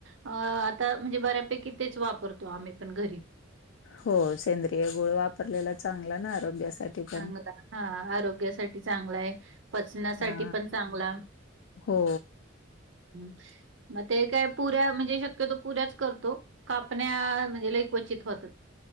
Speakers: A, on the right (about 65°); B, on the left (about 65°).
A: अ आता म्हणजे बऱ्यापैकी तेच वापरतो आम्ही पण घरी
B: हो सेंद्रिय गुळ वापरलेला चांगला ना आरोग्यासाठी पण.
A: चांगला हा आरोग्यासाठी चांगला आहे पचनासाठी
B: हा
A: पण चांगला
B: हो
A: म मग ते काय पुऱ्या म्हणजे शक्यतो पुऱ्याच करतो कापण्या म्हणजे ल क्वचित होत.